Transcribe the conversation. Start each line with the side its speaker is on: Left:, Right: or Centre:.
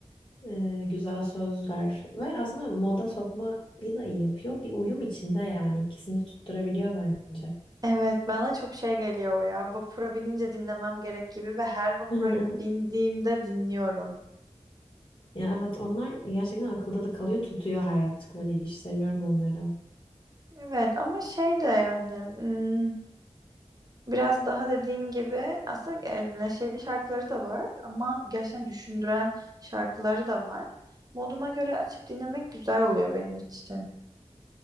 Left: Ee, güzel sözler ve aslında moda sokmayı da iyi yapıyor. Bir uyum içinde yani ikisini de tutturabiliyor bence.
Right: Evet, bana çok şey geliyor o ya. Vapura binince dinlemem gerek gibi ve her vapura
Left: <laughs>
Right: bindiğimde dinliyorum.
Left: Ya evet onlar gerçekten akılda da kalıyor tutuyor her yaptıkları iş. Seviyorum onları.
Right: Evet ama şey de yani hmm, biraz daha dediğin gibi aslında e, neşeli şarkıları da var ama gerçekten düşündüren şarkıları da var. Moduma göre açıp dinlemek güzel oluyor benim için.